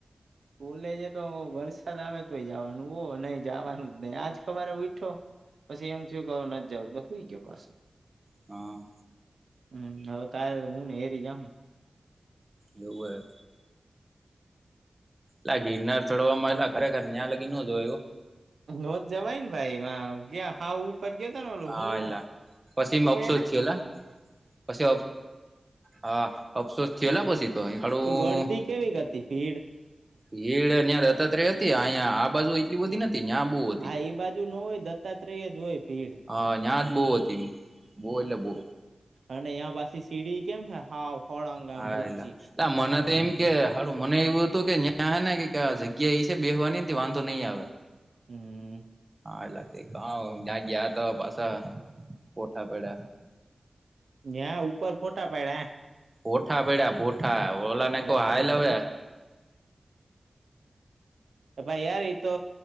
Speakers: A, on the right; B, on the right.
A: કોલેજ તો વરસાદ આવે તોય જવાનું હો નહી જવાનું જ નહી આજ ખબર ઉઠો પછી એમ થયું કે આવ ન જ જાવઈ ગયો પાસે
B: હા
A: હમ હવે કાલે હું ને એરી જાઉં
B: એવું એ લાગી નાર થોડમાં એલા ખરેખર ન્યાં લાગી ન હતયું
A: નોંધ જવાય ને ભાઈ ક્યાં હઉું ફર ગ ત વાલું
B: હા
A: હું
B: એલા પછી
A: હું કેવાયને
B: મે અફસોસ થયો એલા પછી હા અફસોસ થયેલા પછી તો અ ખડું
A: ગળદી કેવી હતી ભીડ
B: ભીડ અં દત્તાત્રય હતી અહીયા આ બાજુ એટલી બધી નથી ત્યાં બુ હતી.
A: હા એ બાજુ ન હોય દત્તાત્રેય જ હોય ભીડ
B: હ ત્યા જ બહુ હતી એ બહ એટલે બહુ
A: અને તયાં પાછી સીડી કેમ હે હાવ. હળંગ આમ
B: હા
A: ઊંચી
B: એલા તા મને તો એમ કેડું મને એવું હતું કે ન્યાં હ ને કે જગ્યા એ છે બેહવાની વાંધો નહીં આવે
A: હમ
B: હલા ગયાતોપસા પોઠા પેડા
A: નયા ઉપર ફોટા પડડ્યા
B: ભઠા પૈડ્યા ભઠા ઓલા
A: હોય
B: ને કોઈ
A: તો
B: હાઈ
A: ભલે
B: લવે
A: ભાઈ યાર તો